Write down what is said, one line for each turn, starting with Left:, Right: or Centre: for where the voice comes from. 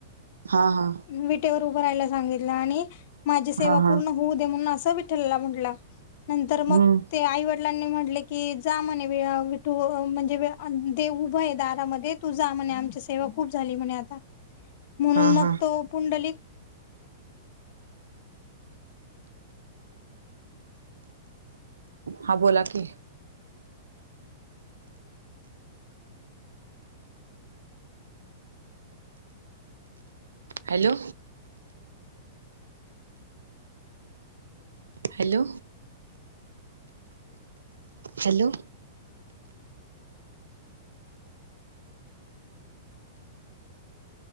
Right: हा हा
Left: विटेवर उभं राहायला सांगितलं आणि माझी सेवा
Right: हां, हां.
Left: पूर्ण होऊ दे म्हणून असं विठ्ठलला म्हंटला. नंतर मग
Right: हं.
Left: ते आईवड लांनी म्हटले की जा म्हणे वी विठू म्हणजे अ देव उभं आहे दारामध्ये तू जा म्हणे आमची सेवा खूप झाली म्हणे आता म्हणून
Right: हां,
Left: मग
Right: हां.
Left: तो पुंडलिक
Right: हा बोला की हॅलो. Hello hello